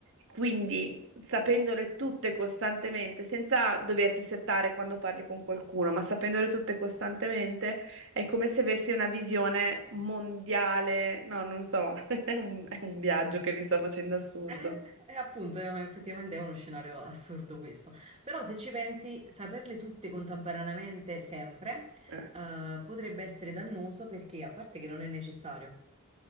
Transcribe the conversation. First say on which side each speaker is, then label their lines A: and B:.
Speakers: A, on the right; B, on the right.
A: Quindi sapendole tutte costantemente, senza doverti settare quando parli con qualcuno, ma sapendole tutte costantemente, è come se avessi una visione mondiale. No, non so, <laughs> è un, è un viaggio che mi sto facendo assurdo.
B: Eh, eh, appunto, eh, effettivamente è uno scenario assurdo questo. Però se ci pensi, saperle tutte contemporaneamente sempre,
A: Eh,
B: eh, potrebbe essere dannoso perché, a parte che non è necessario,